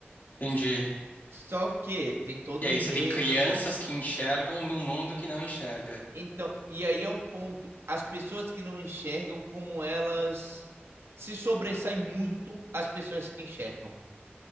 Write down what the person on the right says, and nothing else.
Só que tem todo
um
enredo.
Então, e aí é o ponto. As pessoas que não enxergam, como elas se sobressaem muito às pessoas que enxergam.